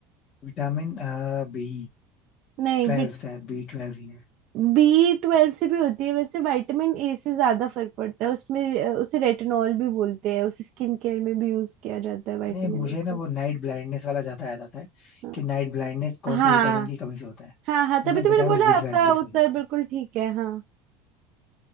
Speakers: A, on the left (about 35°); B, on the right (about 45°).
A: विटामिन बी
B: नहीं
A: ट्वेल्व शायद बी ट्वेल्व
B: बी ट्वेल्व से भी होती है वैसे विटामिन ए से ज्यादा फर्क पड़ता है उसमें अ, उसे रेटिनॉल भी बोलते हैं उसे स्किन केयर में भी यूज किया जाता है विटामिन
A: नहीं मुझे
B: ए
A: ना
B: को
A: वो नाइट ब्लाइंडनेस वाला ज्यादा याद आता है
B: हाँ
A: कि नाइट ब्लाइंडनेस कौन
B: हाँ
A: से विटामिन की कमी से होता है
B: हाँ हाँ
A: जैसे
B: तभी तो
A: विटामिन
B: मैंने बोला
A: बी ट्वेल्व
B: आपका
A: इस
B: उत्तर
A: वजह से
B: बिल्कुल ठीक है हाँ